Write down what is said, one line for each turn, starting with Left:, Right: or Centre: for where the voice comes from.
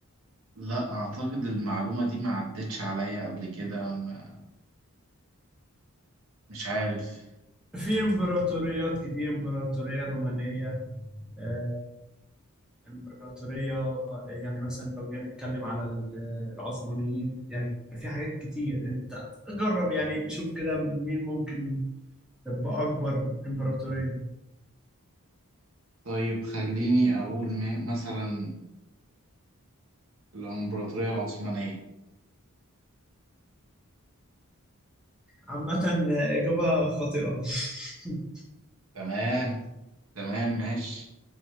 Right: لا أعتقد المعلومة دي ما عدتش عليا قبل كده ما- مش عارف
Centre: في امبراطوريات كتير امبراطورية رومانية آه امبراطورية يعني مثلا لو جينا نتكلم على ال- العثمانيين يعني في حاجات كتير انت جرب يعني شوف كده مين ممكن تبقى اكبر امبراطورية
Right: طيب خليني أقول ما مثلا الإمبراطورية العثمانية
Centre: عامة آه، اجابة خاطئة <laughs>
Right: تمام تمام ماشي